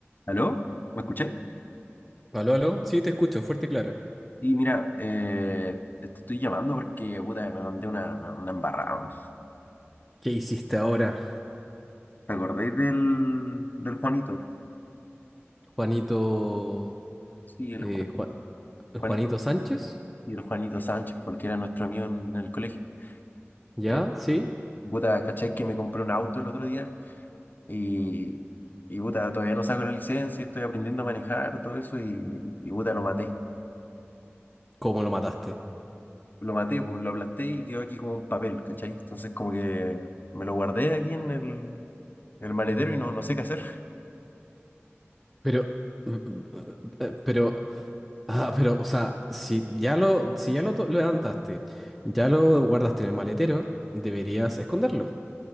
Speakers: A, on the left; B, in the centre.
A: ¿Aló? ¿Me escucháis?
B: Aló, aló. Sí, te escucho, fuerte y claro.
A: Y mira, eh, te estoy llamando porque, puta, me mandé una, una embarrada. weón.
B: ¿Qué hiciste ahora?
A: ¿Te acordáis del, del Juanito?
B: Juanito,
A: Sí, el
B: eh,
A: Ju-
B: Juan- Juanito
A: Juanito.
B: Sánchez,
A: Y el Juanito Sánchez, porque era nuestro amigo en el colegio.
B: ¿ya?
A: Eh,
B: ¿Sí?
A: puta, ¿cachai que me compré un auto el otro día? Y, y puta, todavía no saco la licencia, estoy aprendiendo a manejar, todo eso, y, y puta, lo maté.
B: ¿Cómo lo mataste?
A: Lo maté, pues lo aplasté y quedó aquí como un papel, ¿cachai? Entonces como que me lo guardé aquí en el, en el maletero y no, no sé qué hacer.
B: Pero, mm, mm, eh, pero, ah, pero, o sea, si ya lo, si ya lo to- lo levantaste, ya lo guardaste en el maletero, deberías esconderlo.